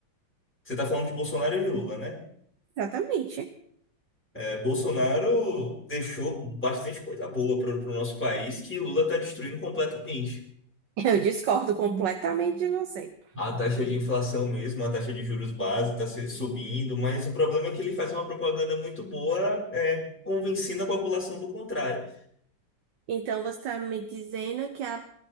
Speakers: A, in the centre; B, on the right (about 70°).
A: Você está falando de Bolsonaro e de Lula, né?
B: Exatamente. <laughs>
A: É, Bolsonaro deixou bastante coisa boa para o nosso país que Lula está destruindo completamente.
B: Eu discordo completamente de você.
A: A taxa de inflação mesmo, a taxa de juros base está subindo, mas o problema é que ele faz uma propaganda muito boa, é, convencendo a população do contrário.
B: Então, você está me dizendo que a